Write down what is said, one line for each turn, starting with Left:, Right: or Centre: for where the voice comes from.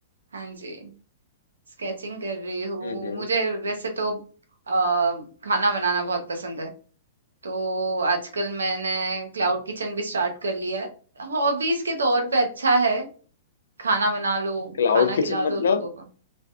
Right: हाँ जी स्केचिंग कर रही हूँ
Left: हम्म हम्म
Right: मुझे वैसे तो अ, खाना बनाना बहुत पसंद है तो आजकल मैंने क्लाउड किचन भी स्टार्ट कर लिया है हॉबीज के तौर पे अच्छा है खाना बना लो
Left: क्लाउड
Right: खाना
Left: किचन
Right: खिला
Left: मतलब
Right: दो लोगों को